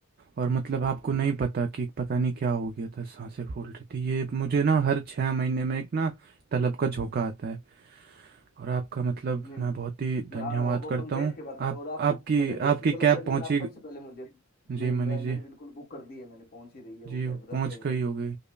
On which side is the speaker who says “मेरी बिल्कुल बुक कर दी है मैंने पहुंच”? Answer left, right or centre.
Left